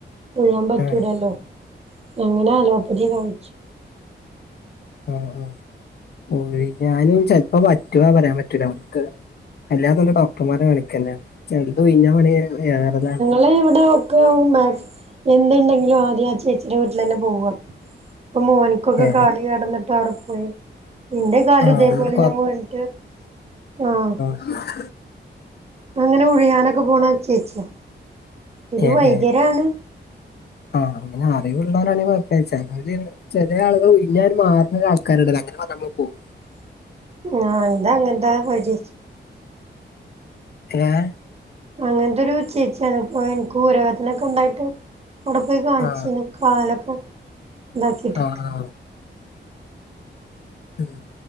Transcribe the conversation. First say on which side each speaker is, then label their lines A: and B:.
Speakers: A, on the right (about 35°); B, on the left (about 60°).
A: ഉഴാൻ പറ്റൂലല്ലോ
B: ആ
A: അങ്ങനെ അലോപ്പതീ കണിച്ചു.
B: ആഹ് ആഹ് ഓഴിഞാനും ചെൽപ്പോ പറ്റുവോ പറയാൻ പറ്റൂല വർക്ക്. അല്ലാതെന്ന് ഡോക്ടർമാരെ കളിക്കെന്നെ ചെൽത് ഉഴിഞ്ഞാവാണങ്കി ഏറെലാ.
A: ളെ ഇവിടെക്കെ മാക്സ് എന്തുണ്ടെങ്കിലും ആദ്യം ആ ചേച്ചിടെ വീട്ടിലെന്നെ പോവാ. പ്പ മേന് ഇകെക്കെ
B: ഏ
A: കാല് കെടന്നിട്ട് അവ്ടെ പോയി ന്റെ കാലുതേപോലെ
B: ആ എന്നിട്ട്
A: ഞാ വീൺട്ട്. ആഹ്
B: മാ...
A: ത്ഇങ്ങനെ ഉഴിയാനൊക്കെ പോണ ചേച്ചിയാ. ഒരു
B: ഏഹ്
A: വൈദ്യരാണ്
B: ഏ ആ അങ്ങനെ അറിവുള്ളേരാണെങ്കി കെയപ്പ ചെലേര്. ചെലേ ആളുകൾ ഉഴിഞ്ഞാഒരു മാർണ ആൾക്കാരുണ്ടല്ലേ അങ്ങനൊ നമ്മൾ പോവും.
A: ഞാൻ <unintelligible>
B: ഏഹ്
A: അങ്ങൻത്തെരു ചേച്ചിയാണ് പ്പോ ൻക്ക് ഊരവെദക്കെണ്ടായിട്ട് അവടെ പോയി കാണിച്ചീന്ന്ക്
B: ആ
A: പകാലൊക്കെ താക്കീട്ട്.
B: ആ ആ ഉം